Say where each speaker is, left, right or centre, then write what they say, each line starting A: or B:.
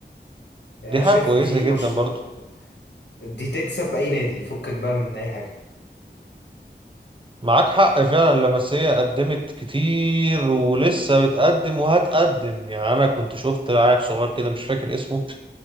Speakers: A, on the left (about 70°); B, on the right (about 30°).
A: يعني
B: دي
A: انا
B: حاجة
A: شايف
B: كويسة
A: دي
B: جدا
A: برشلونه
B: برضو
A: دي تكسب اي نادي فكك بقى من اي حاجه
B: معاك حق فعلا لمسية قدمت كتير ولسه بتقدم وهتقدم يعني انا كنت شفت لاعب صغير كده مش فاكر اسمه